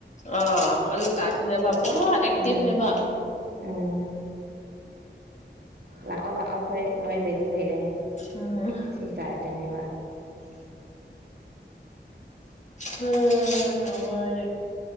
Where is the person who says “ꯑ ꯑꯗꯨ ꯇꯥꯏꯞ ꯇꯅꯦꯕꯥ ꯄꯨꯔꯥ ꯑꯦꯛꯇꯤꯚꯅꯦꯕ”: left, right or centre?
Left